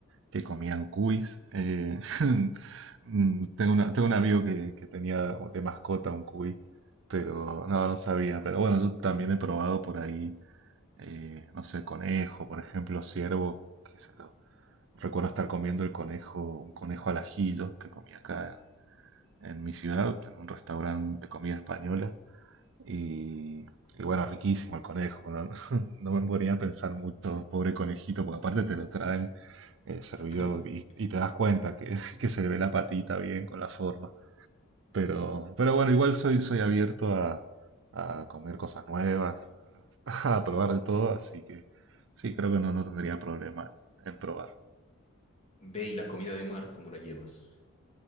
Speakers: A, on the right (about 55°); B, on the left (about 30°).
A: que comían cuis. eh, <laughs> mm, tengo una- tengo un amigo que, que tenía de mascota un cuy, pero no, no sabía. Pero bueno, yo también he probado por ahí, eh, no sé, conejo, por ejemplo, ciervo, qué sé yo. Recuerdo estar comiendo el conejo, un conejo al ajillo que comía acá en mi ciudad, en un restaurante de comida española. Y, y bueno, riquísimo el conejo, ¿no? <laughs> No me ponía a pensar mucho, pobre conejito, porque aparte te lo traen eh, servido
B: <laughs>
A: y, y te das cuenta que, <laughs> que se le ve la patita bien con la forma. Pero, pero bueno, igual soy, soy abierto a, a comer cosas nuevas, <laughs> a probar de todo, así que sí, creo que no, no tendría problema en probar.
B: Ve y la comida de mar, ¿cómo la llevas?